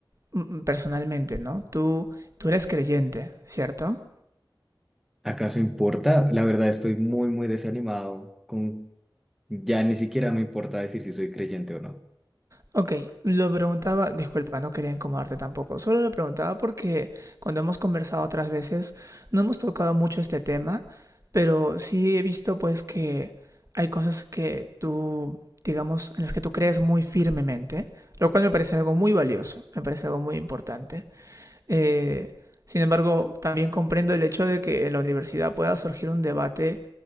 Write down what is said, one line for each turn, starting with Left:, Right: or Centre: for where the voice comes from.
Right: mm, personalmente, ¿no? Tú, tú eres creyente, ¿cierto?
Centre: ¿Acaso importa? La verdad estoy muy, muy desanimado con... Ya ni siquiera me importa decir si soy creyente o no.
Right: Ok, lo preguntaba, disculpa, no quería incomodarte tampoco, solo lo preguntaba porque cuando hemos conversado otras veces no hemos tocado mucho este tema, pero sí he visto pues que hay cosas que tú, digamos, en las que tú crees muy firmemente, lo cual me parece algo muy valioso, me parece algo muy importante. Eh, sin embargo, también comprendo el hecho de que en la universidad pueda surgir un debate